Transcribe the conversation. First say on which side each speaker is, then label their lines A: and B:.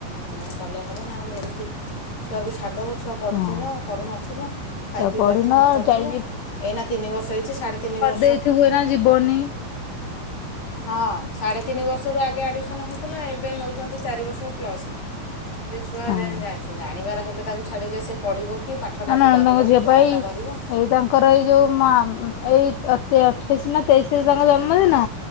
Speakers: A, on the left (about 35°); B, on the left (about 75°).
A: ଯାଇି କଲେ ହବ ନା ଆଉ ହେମିତି ଛୁଆକୁ ଛାଡ଼ି ଦବ ଛୁଆ ପଢ଼ୁଥିବ
B: ହଁ
A: ପଢ଼ୁ ନଥିବ ଖାଇ
B: ତ
A: ପି
B: ପଢିନ
A: ପାରୁଥିବ ନ ପାରୁଥିବ
B: ଯାଇ
A: ଏଇନା ତିନି ବର୍ଷ ହେଇଛି ସାଢ଼େ ତିନି ବର୍ଷ
B: ଦେଇଥିବୁ ଏଇନା ଯିବନ।
A: ହଁ ସାଢ଼େ ତିନି ବର୍ଷରୁ ଆଗେ ଆଡ଼ମିସନ ହେଉଥିଲା ଏବେ ନେଉଛନ୍ତି ଚାରି ବର୍ଷ ପ୍ଲସ। ଯେ ଛୁଆ
B: ହଁ।
A: ଯେ ଜାଣିବାର ହେଲେ ତାକୁ ଛାଡିଲେ ସେ ପଢ଼ିବ କି ପାଠଟା
B: ନା ନଣନ୍ଦଙ୍କ
A: କୁ ଡରିବନି
B: ଝିଅ
A: ପଢ଼ାଟା
B: ପାଇଁ
A: ଧରିବ।
B: ଏଇ ତାଙ୍କର ଏଇ ଯେଉଁ ମା ଏଇ ଅଠେଇଶି ନା ତେଇଶରେ ତାଙ୍କ ଜନ୍ମଦିନ।